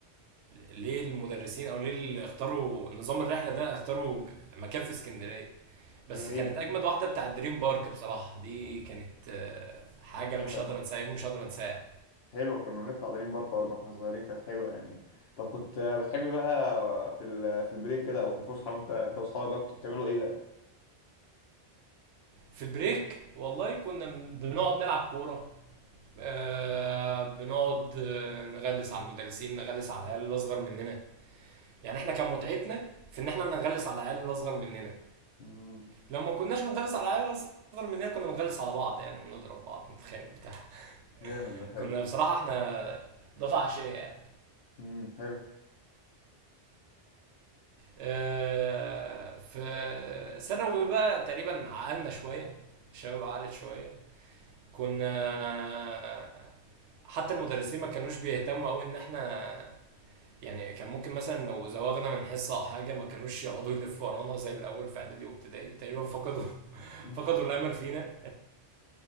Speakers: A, on the right (about 80°); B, on the left (about 65°).
A: ليه المدرسين او ليه اللي اختاروا نظام الرحلة ده اختاروا ج- مكان في اسكندرية بس
B: غريبة
A: كانت
B: كده.
A: اجمد واحدة بتاع دريم بارك بصراحة دي كانت آه، حاجة
B: كانت حلوة
A: مش
B: يعني
A: هقدر انساها يوم مش هقدر انساه
B: حلوة كنا بنطلع دريم بارك برضه واحنا صغيرين كانت حلوة يعني طب كنت بتحب بقى في ال- في البريك كده او في الفسحة وانت انت واصحابك بقى كنتوا بتعملوا ايه بقى؟
A: في البريك والله كنا بنقعد نلعب كورة آه، بنقعد آه، نغلس على المدرسين نغلس على العيال الاصغر مننا يعني احنا كان متعتنا في ان احنا نغلس على العيال الاصغر مننا
B: امم
A: لما كناش بنغلس على العيال الاصغر مننا كنا بنغلس على بعض يعني بنضرب بعض نتخانق بتاع
B: جامد
A: <applause>
B: ده حلو
A: كنا بصراحه احنا دفعه عشيه يعني
B: امم حلو
A: آه، في ثانوي بقى تقريبا عقلنا شويه الشباب عقلت شويه كنا حتى المدرسين ما كانوش بيهتموا قوي ان احنا يعني كان ممكن مثلا لو زوغنا من حصة أو حاجة ما كانوش يقعدوا يلفوا ورانا زي الأول في إعدادي وابتدائي تقريبا فقدوا <laughs>
B: <laughs>
A: فقدوا الأمل فينا